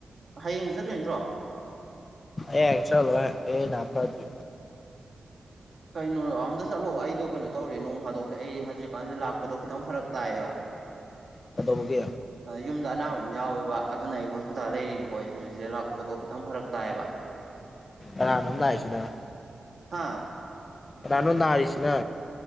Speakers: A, on the right; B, on the left.
A: ꯍꯌꯦꯡ ꯆꯠꯇ꯭ꯔꯔꯤ ꯅꯠꯇ꯭ꯔꯣ
B: ꯑꯦ ꯆꯂꯣ ꯅꯅꯥ ꯐꯗꯨ
A: ꯀꯩꯅꯣ ꯑꯝꯇ ꯆꯠꯂꯣ ꯑꯩꯗꯣ ꯀꯩꯅꯣ ꯇꯧꯔꯦ ꯅꯣꯡ ꯐꯥꯗꯣꯛꯁꯦ ꯑꯩ ꯍꯧꯖꯤꯛꯀꯥꯟꯁꯦ ꯂꯥꯛꯄꯗꯣ ꯈꯤꯇꯪ ꯐꯔꯛ ꯇꯥꯏꯌꯦꯕ
B: ꯀꯩꯗꯧꯕꯒꯤ
A: ꯌꯨꯝꯗ ꯑꯅ ꯌꯥꯎꯋꯦꯕ ꯑꯗꯨꯅ ꯑꯩ ꯍꯣꯁꯄꯤꯇꯥꯜ ꯂꯩꯔꯤꯕꯀꯣ ꯑꯩ ꯍꯧꯖꯤꯛꯁꯤꯗ ꯂꯥꯛꯄꯗꯣ ꯈꯤꯇꯪ ꯐꯔꯛ ꯇꯥꯏꯌꯦꯕ
B: ꯑꯔꯅꯅ ꯍꯥꯏꯥꯏꯁꯗ
A: ꯍꯥꯥ
B: ꯔꯥꯅꯅꯗꯔꯤꯁꯤꯅ